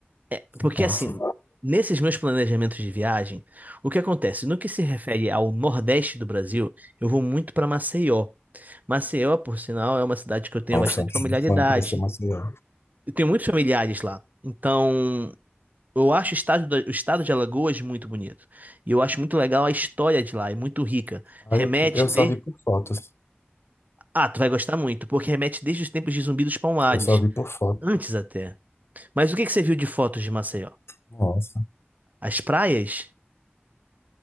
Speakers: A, on the right (about 40°); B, on the left (about 90°).
A: É, Porque
B: conhecer.
A: assim, nesses meus planejamentos de viagem, o que acontece? No que se refere ao Nordeste do Brasil, eu vou muito para Maceió. Maceió, por sinal, é uma cidade que eu tenho
B: Nossa,
A: bastante
B: é um
A: familiaridade.
B: sonho conhecer Maceió.
A: Eu tenho muitos familiares lá. Então, eu acho o estado, da- o estado de Alagoas muito bonito. E eu acho muito legal a história de lá, é muito rica.
B: Ah,
A: Remete
B: Eu, eu
A: de.
B: só vi por fotos.
A: Ah, tu vai gostar muito, porque remete desde os tempos de Zumbi dos Palmares.
B: Eu só vi por fotos.
A: Antes até. Mas o que que você viu de fotos de Maceió?
B: Nossa.
A: As praias?